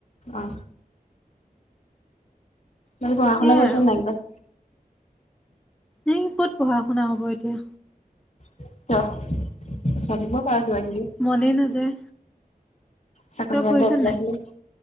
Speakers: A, on the left; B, in the centre.
A: অ। বাকী পঢ়া
B: সেইয়াই
A: শুনা কৰিছ
B: আৰু
A: নাই কৰা?
B: এই ক'ত পঢ়া শুনা হ'ব এতিয়া।
A: কিয়? চাই থাকিব পাৰা কিবা কিবি।
B: মনেই নাযায়।
A: চাকৰি
B: তই
A: কাৰণে
B: পঢ়িছ
A: এপ্লাই
B: নাই?
A: আহিলে